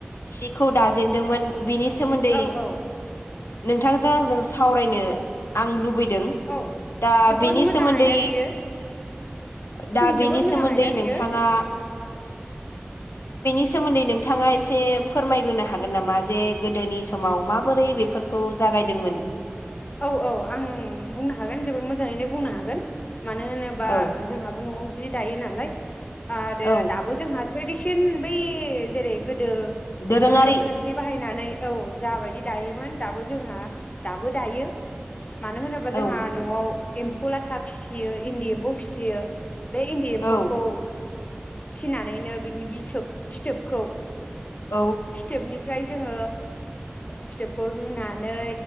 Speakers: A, on the left; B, on the left.
A: सिखौ दाजेनदोंमोन बिनि सोमोन्दै
B: औ औ
A: नोंथांजों
B: औ
A: दा
B: जोबोर
A: बेनि
B: मोजां
A: सोमोन्दै
B: आयदा बियो
A: दा बेनि
B: जोबोर मोजां
A: सोमोन्दै
B: आयदा
A: नोंथाङा
B: बियो
A: बे सोमोन्दै नोंथाङा एसे फोरमायग्रोनो हागोन नामा जे गोदोनि समाव माबोरै बेफोरखौ जागायदोंमोन?
B: औ औ आं बुंनो हागोन जोबोद मोजाङैनो बुंनो हागोन। मानो होनोबा
A: औ
B: जोंहाबो न'आव जि दायो नालाय आरो
A: औ
B: दाबो जोंहा ट्रेडिसन बै जेरै गोदो
A: दोरोङारि
B: दोरोंखान्थि बाहायनानै औ जाबायदि दायोमोन दाबो जोंहा दाबो दांयो मानो होनोबा
A: औ
B: जोंहा न'आव एम्फौ लाथा फिसियो इन्दि एम्फौ फिसियो बे इन्दि एम्फौखौ
A: औ
B: फिनानैनो बिनि बिथोब फिथोबखौ
A: औ
B: फिथोबनि फ्राय जोंङो फिथोबखौ रुनानै